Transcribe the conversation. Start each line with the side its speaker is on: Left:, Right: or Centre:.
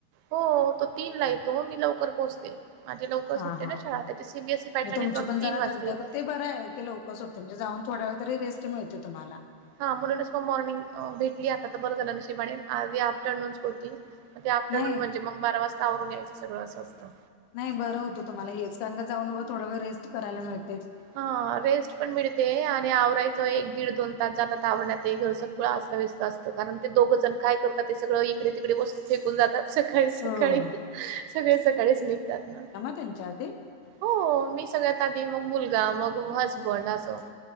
Right: हो. तो तीन ला येतो, मी लवकर पोहोचते. माझे लवकर
Left: हा
Right: सुटते
Left: हा
Right: ना
Left: म्हणजे
Right: शाळा त्याची सीबीएसई पॅटर्न
Left: तुमची
Right: येत मग
Left: पण
Right: तीन
Left: जरा
Right: वाजता
Left: दगदग,
Right: येते
Left: ते बरं आहे की लवक हो म्हणजे जाऊन थोड वेळ तरी रेस्ट मिळते तुम्हाला
Right: हा म्हणूनच मग मॉर्निंग भेटली आता तर बरं झालं नशिबाणे आजच आफ्टरनूनच होती म ते आफ्टरनून
Left: नाही
Right: म्हणजे मग बारा वाजता आवरून यायचं सगळं असं असतं
Left: नाही बरं होतं तुम्हाला हेच कारण का जाऊन थोडावेळ रेस्ट करायला मिळतो
Right: हा रेस्ट पण मिळते आणि आवराय एक दीड दोन तास जातात आवरण्यात ते घर सगळं अस्ताव्यस्त असतं कारण ते दोघं जण काय करतात ते सगळं इकडे तीकडे वस्तू फेकून जातात सकाळी सकाळी
Left: हो
Right: सगळे सकाळीच निघतात ना.
Left: त्यांच्याआधी
Right: हो मी सगळ्यात आधी मग मुलगा मग हसबंड असं